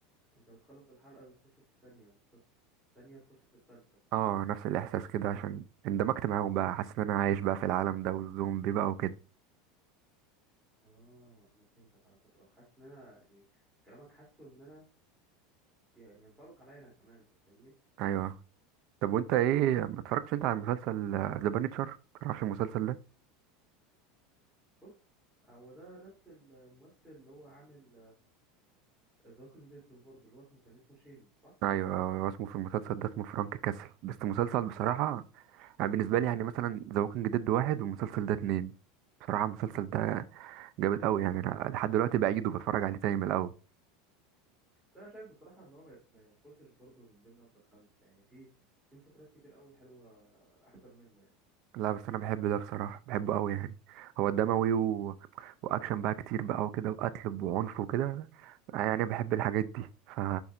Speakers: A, in the centre; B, on the right.
A: انت بتخلص الحلقه بتخش في التانية بتخش في التانية تخش في التالتة
B: اه نفس الإحساس كده عشان اندمجت معاهم بقى حاسس إن أنا عايش بقى في العالم ده والزومبي بقى وكده
A: اه انا فهمتك على فكره وحاسس ان انا يعني كلامك حاسه ان انا يعني ينطبق عليا انا كمان انت فاهمني
B: أيوه طب وأنت إيه ما اتفرجتش أنت على مسلسل ذا بانيتشر؟ متعرفش المسلسل ده؟
A: بص هو ده نفس الممثل اللي هو عامل ذا ووكينج ديد برضه اللي هو اسمه كان اسمه شين صح
B: أيوه هو اسمه في المسلسل ده اسمه فرانك كاسل بس مسلسل بصراحة يعني بالنسبة لي يعني مثلا ذا ووكينج ديد واحد والمسلسل ده اتنين بصراحة المسلسل ده جامد أوي يعني أنا لحد دلوقتي بعيده وبتفرج عليه تاني من الأول
A: بس انا شايف بصراحه ان هو ما يت- ما يخشش برضه من ضمن افضل خمسه يعني في في مسلسلات كتير قوي حلوه احسن منه يعني
B: لا بس انا بحب ده بصراحه بحبه قوي يعني هو دموي و... واكشن بقى كتير بقى وكده وقتل وعنف وكده يعني بحب الحاجات دي ف